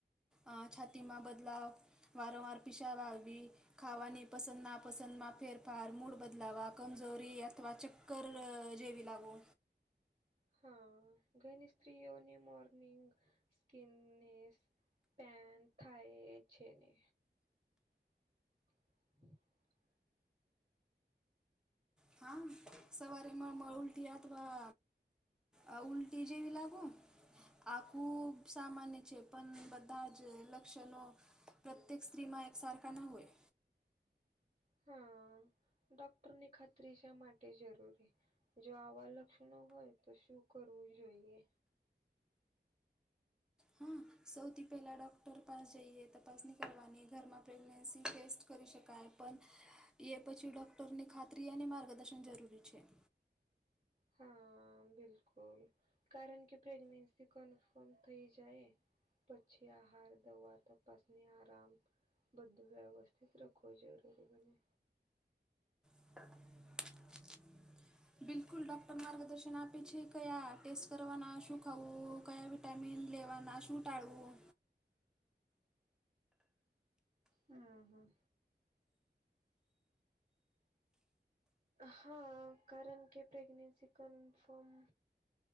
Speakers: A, in the centre; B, on the right.
A: આ છાતીમાં બદલાવ વારંવાર પિશાબ આવવી ખાવાની પસંદ ના પસંદમાં ફેરફાર મૂળ બદલાવા કમજોરી અથવા ચક્કર જેવી લાગો
B: હા ઘની સ્ત્રીઓની મોર્નિંગ સ્કીિનનેસ પેન થાય છે ને <inaudible>
A: હા સવારે મળમળ ઉલટી આત વા આ ઉલટી જેવી લાગો આખું સામાન્ય છે પણ બધા જ લક્ષણો પ્રત્યેક સ્ત્રીમાં એકસારખા ના હોય.
B: હા ડોક્ટરની ખાતરી શા માટે જરૂરી? જો આવા લક્ષણો હોય તો શું કરવું જોઈએ?
A: હા સૌથી પહેલા ડોક્ટર પાસ જઈએ તપાસણી કરવાની ઘરમાં પ્રેગ્નેન્સી ટેસ્ટ કરી શકાય. પણ એ પછી ડોક્ટરની ખાતરી માર્ગદર્શન જરૂરી છે.
B: હા બિલકુલ કારણ કે પ્રેગ્નેન્સી કન્ફર્મ થઈ જાય પછી આહાર દવા તપાસને આરામ બધું વ્યવસ્થિત રાખવું જરૂરી બને.
A: <inaudible> બિલકુલ ડોક્ટર માર્ગદર્શન આપી છે કયા ટેસ્ટ કરવાના શું ખાવું કયા વિટામિન લેવાના શું ટાળવું?
B: હમ હમ હા કારણ કે પ્રેગનેન્સી કન્ફર્મ